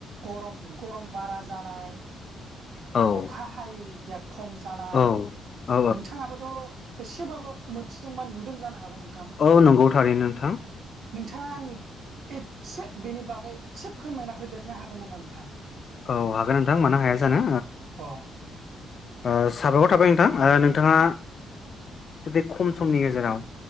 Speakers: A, on the right; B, on the left.
A: गरम गरम बारा जानाय
B: औ।
A: अखा हायैैया खम जानाय
B: औ औ
A: नोंथाङाबोथ' एसेबाबो मोनथिदोंबा नुदों जानो हागौ नोंथां?
B: औ नंगौ थारै नोंथां।
A: नोंथाङा आंनि एसे बेनि बागै एसे फोरमायना होदेरनो हागोन नामा नोंथां?
B: औ हागोन नोंथां मानो हाया जानो।
A: अ।
B: ओ साबायखर थाबाय नोंथां नोंथाङा बे खम समनि गेजेराव